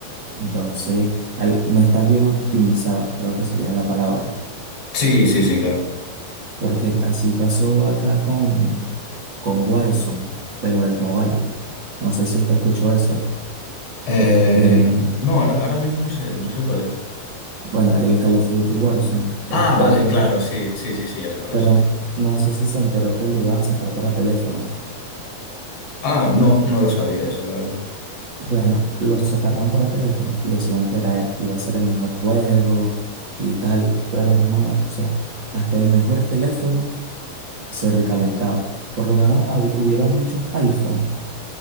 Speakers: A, on the right; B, on the left.
A: entonces al- no está bien optimizado, creo que sería la palabra.
B: Sí, sí, sí, claro.
A: Porque así pasó acá con, con Warzone, pero el mobile. No sé si usted escuchó eso.
B: Eh,
A: Este,
B: no, ahora, ahora mismo no sé, no sé cuál es.
A: bueno, el Call of Duty Warzone,
B: Ah,
A: este,
B: vale,
A: habían
B: claro,
A: di-
B: sí, sí, sí, sí, ya sé cuál
A: pero
B: es, sí, sí.
A: no sé si se enteró que lo iban a sacar para teléfono.
B: Ah, no, no lo sabía eso, la verdad.
A: Bueno, lo sacaron para teléfono y decían que era, iba a ser el mejor juego y tal, pero hermano, o sea, hasta el mejor teléfono se recalentaba. Por lo menos hab- hubieron muchos iPhone,